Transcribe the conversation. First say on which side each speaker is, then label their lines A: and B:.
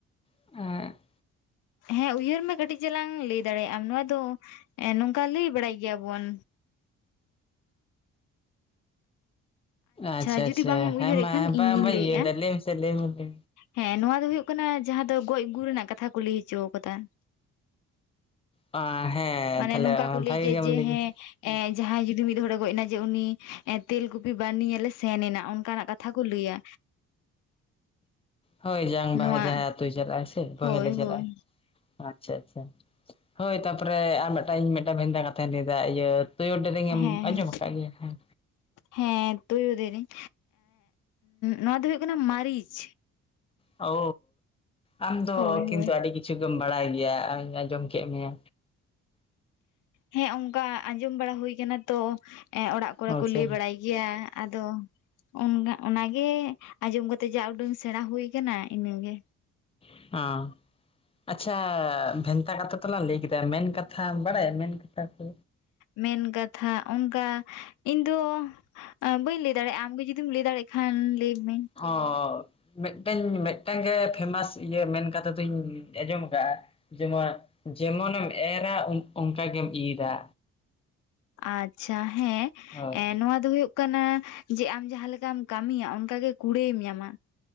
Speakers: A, on the left; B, on the left.
A: <unintelligible>
B: ᱦᱮᱸ ᱩᱭᱦᱟᱹᱨ ᱢᱮ ᱠᱟᱹᱴᱤᱡ ᱪᱟᱞᱟᱝ ᱞᱟᱹᱭ ᱫᱟᱲᱮᱭᱟᱜ ᱟᱢ᱾ ᱱᱚᱣᱟ ᱫᱚ ᱮ ᱱᱚᱝᱠᱟ ᱞᱟᱹᱭ ᱵᱟᱲᱟᱭ ᱜᱮᱭᱟᱵᱚᱱ᱾
A: ᱟᱪᱪᱷᱟ
B: ᱡᱩᱫᱤ
A: ᱟᱪᱪᱷᱟ
B: ᱵᱟᱝ ᱮᱢ ᱩᱭᱦᱟᱹᱨᱮᱫ
A: ᱦᱮᱸᱢᱟ
B: ᱠᱷᱟᱱ ᱤᱧᱜᱤᱧ
A: ᱵᱟᱢᱵᱟᱹᱧ
B: ᱞᱟᱹᱭᱮᱫᱼᱟ
A: ᱩᱭᱦᱟᱹᱨ ᱮᱫᱟ, ᱞᱟᱹᱭ ᱢᱮᱥᱮ ᱞᱟᱹᱭ ᱢᱮᱥᱮ᱾
B: ᱦᱮᱸ ᱱᱚᱶᱟ ᱫᱚ ᱦᱩᱭᱩᱜ ᱠᱟᱱᱟ ᱡᱟᱦᱟᱸ ᱫᱚ ᱜᱚᱡ ᱜᱩᱨ ᱨᱮᱱᱟᱜ ᱠᱟᱛᱷᱟ, ᱠᱚ ᱞᱟᱹᱭ ᱦᱚᱪᱚ ᱟᱠᱟᱫᱟ᱾
A: ᱟ ᱦᱮᱸ
B: ᱢᱟᱱᱮ
A: ᱛᱟᱦᱞᱮ
B: ᱱᱚᱝᱠᱟ ᱠᱚ ᱞᱟᱹᱭ
A: ᱵᱷᱟᱜᱮ
B: ᱜᱮᱭᱟ᱾
A: ᱜᱮᱢ
B: ᱡᱮ ᱦᱮᱸ
A: ᱠᱮᱫᱟ
B: ᱮ ᱡᱟᱦᱟᱸᱭ ᱡᱩᱫᱤ ᱢᱤᱫ ᱦᱚᱲᱮ ᱜᱚᱡ ᱮᱱᱟ᱾ ᱡᱮ ᱩᱱᱤ ᱛᱮᱞᱠᱩᱯᱤ ᱵᱟᱨᱱᱤ ᱧᱮᱞᱮ ᱥᱮᱱ ᱮᱱᱟ᱾ ᱚᱱᱠᱟᱱᱟᱜ ᱠᱟᱛᱷᱟ ᱠᱚ ᱞᱟᱹᱭᱟ᱾
A: ᱦᱳᱭ ᱡᱟᱝ
B: ᱱᱚᱣᱟ
A: ᱵᱟᱦᱟ ᱟᱛᱳ ᱪᱟᱞᱟᱜ ᱟᱭ ᱥᱮ ᱵᱚᱦᱮᱞ
B: ᱦᱳᱭ
A: ᱪᱟᱞᱟᱜᱼᱟ᱾
B: ᱦᱳᱭ
A: ᱟᱪᱪᱷᱟ ᱟᱪᱪᱷᱟ ᱦᱳᱭ ᱛᱟᱯᱚᱨᱮ ᱟᱨ ᱢᱤᱫᱴᱟᱝ ᱤᱧ ᱢᱤᱫᱴᱟᱝ ᱵᱷᱮᱱᱫᱟ ᱠᱟᱛᱷᱟᱧ ᱞᱟᱹᱭᱮᱫᱟ᱾ ᱤᱭᱟᱹ ᱛᱩᱭᱩ ᱫᱮᱨᱮᱧᱮᱢ
B: ᱦᱮᱸ ᱦᱮᱸ
A: ᱟᱸᱡᱚᱢ ᱟᱠᱟᱫ ᱜᱮᱭᱟ ᱦᱮᱸ?
B: ᱦᱮᱸ ᱛᱩᱭᱩ ᱫᱮᱨᱮᱧ ᱱᱚᱣᱟ ᱫᱚ ᱦᱩᱭᱩᱜ ᱠᱟᱱᱟ ᱢᱟᱹᱨᱤᱪ᱾
A: ᱳ ᱟᱢ ᱫᱚ
B: ᱦᱳᱭ
A: ᱠᱤᱱᱛᱩ
B: ᱦᱳᱭ
A: ᱟᱹᱰᱤ ᱠᱤᱪᱷᱩᱢ, ᱵᱟᱲᱟᱭ ᱜᱮᱭᱟ ᱟᱸᱡᱚᱢ ᱠᱮᱫ ᱢᱮᱭᱟ᱾
B: ᱦᱮᱸ ᱚᱱᱠᱟ ᱟᱸᱡᱚᱢ ᱵᱟᱲᱟ ᱦᱩᱭ ᱠᱟᱱᱟ ᱛᱚ ᱮ ᱚᱲᱟᱜ ᱠᱚᱨᱮ
A: ᱟᱪᱪᱷᱟ
B: ᱠᱚ ᱞᱟᱹᱭ ᱵᱟᱲᱟᱭ ᱜᱮᱭᱟ ᱟᱫᱚ ᱚᱱ ᱚᱱᱟᱜᱮ ᱟᱸᱡᱚᱢ ᱠᱟᱛᱮᱜ ᱡᱟ ᱩᱰᱟᱹᱝ ᱥᱮᱬᱟ ᱦᱩᱭᱩ ᱟᱠᱟᱱᱟ ᱤᱱᱟᱹᱜᱮ᱾
A: <unintelligible> ᱟᱪᱷᱟ ᱵᱷᱮᱱᱛᱟ ᱠᱟᱛᱷᱟ ᱛᱚᱞᱟᱝ ᱞᱟᱹᱭ ᱠᱮᱫᱟ ᱢᱮᱱ ᱠᱟᱛᱷᱟᱢ ᱵᱟᱲᱟᱭᱟ ᱢᱮᱱ ᱠᱟᱛᱷᱟ ᱠᱚ
B: ᱢᱮᱱ ᱠᱟᱛᱷᱟ ᱚᱱᱠᱟ ᱤᱧ ᱫᱚ ᱵᱟᱹᱧ ᱞᱟᱹᱭ ᱫᱟᱲᱮᱭᱟᱜᱼᱟ᱾ ᱟᱢᱜᱮ ᱡᱩᱫᱤᱢ ᱞᱟᱹᱭ ᱫᱟᱲᱮᱭᱟᱜ ᱠᱷᱟᱱ ᱞᱟᱹᱭ ᱢᱮ ᱾
A: ᱦᱚᱸᱻ ᱢᱤᱫᱴᱟᱝ ᱢᱤᱫᱴᱟᱝ ᱜᱮ ᱯᱷᱮᱢᱟᱥ ᱤᱭᱟᱹ ᱢᱮᱱ ᱠᱟᱛᱷᱟ ᱫᱩᱧ ᱟᱸᱡᱚᱢ ᱟᱠᱟᱫᱼᱟ᱾ ᱡᱮᱢᱚᱱ ᱡᱮᱢᱚᱱᱮᱢ ᱮᱨᱟ, ᱚᱱᱠᱟ ᱜᱮᱢ ᱤᱨᱟ᱾
B: ᱟᱪᱪᱷᱟ ᱦᱮᱸ
A: ᱦᱳᱭ
B: ᱮ ᱱᱚᱣᱟ ᱫᱚ ᱦᱩᱭᱩᱜ ᱠᱟᱱᱟ᱾ ᱠᱟᱱᱟ ᱡᱮ ᱟᱢ ᱡᱟᱦᱟᱸ ᱞᱮᱠᱟᱢ ᱠᱟᱹᱢᱤᱭᱟ, ᱚᱱᱠᱟ ᱜᱮ ᱠᱩᱲᱟᱹᱭᱮᱢ ᱧᱟᱢᱟ᱾